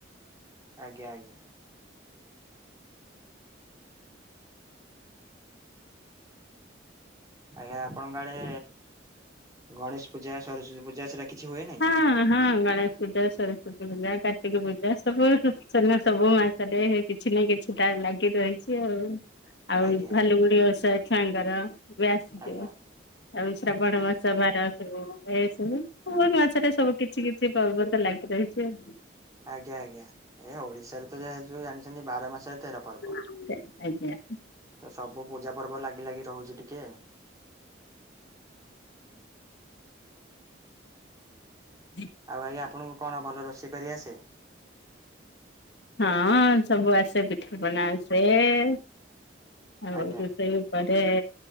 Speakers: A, on the right (about 20°); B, on the left (about 60°).
A: ଆଜ୍ଞା-ଆଜ୍ଞା। ଆଜ୍ଞା ଆପଣଙ୍କ ଆଡେ ଗଣେଶ ପୂଜା, ସରସ୍ୱତୀ ପୂଜା ସେରା କିଛି ହୁଏ ନି?
B: ହଁ ହଁ ଗଣେଶ ପୂଜା, ସରସ୍ଵତୀ ପୂଜା, କାର୍ତ୍ତିକ ପୂଜା ସବୁ ସିନା ସବୁ ମାସରେ ହେଇକି କିଛି ନା କିଛିଟା ଲାଗି ରହିଛି ଆଉ। ଆଉ
A: ଆଜ୍ଞା
B: ଭାଲୁକିଣି ଓଷା ଛୁଆଙ୍କର ଏବେ ଆସିଯିବ।
A: ଆଜ୍ଞା
B: ଆଉ ଶ୍ରାବଣ ମାସ ବାର ସବୁ ହୁଏ ସବୁ <unintelligible> ସେଟା ସବୁ କିଛି କିଛି ପର୍ବ ତ ଲାଗି ରହିଛି ଆଉ।
A: ଆଜ୍ଞା ଆଜ୍ଞା ଏ ଓଡିଶାରେ ତ ଯାହା ଯୋଉ ଜାଣିଛନ୍ତି ବାର ମାସରେ ତେର ପର୍ବ।
B: <unintelligible> ଆଜ୍ଞା।
A: ତ ସବୁ ପୂଜା ପର୍ବ ଲାଗି ଲାଗି ରହୁଛି ଟିକେ।
B: <unintelligible>
A: ଆଉ ଭାଇ ଆପଣଙ୍କୁ କଣ ଭଲ ରୋଷେଇ କରି ଆସେ?
B: ହଁ ସବୁ ଆସେ ପିଠାପଣା ଆସେ ଆଉ
A: ଆଜ୍ଞା
B: ରୋଷେଇ କରେ